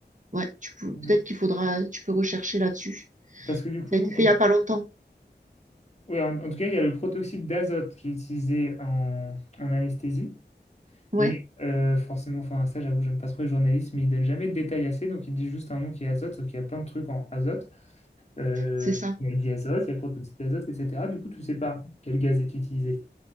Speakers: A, on the right (about 45°); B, on the left (about 40°).
A: ouais, tu peux, peut-être
B: Mm.
A: qu'il faudra, tu peux rechercher là-dessus.
B: Parce que du coup,
A: Ça a été fait
B: en,
A: il y a pas longtemps.
B: ouais, en- en tout cas, il y a le protoxyde d'azote qui est utilisé en, en anesthésie.
A: Ouais,
B: Mais euh, forcément, enfin, ça, j'avoue, j'aime pas trop les journalistes, mais ils donnent jamais de détails assez. Donc, ils disent juste un nom qui est azote, sauf qu'il y a plein de trucs en azote. Euh,
A: c'est ça.
B: il y a le diazote, il y a le protoxyde d'azote, etc. Du coup, tu sais pas quel gaz est utilisé.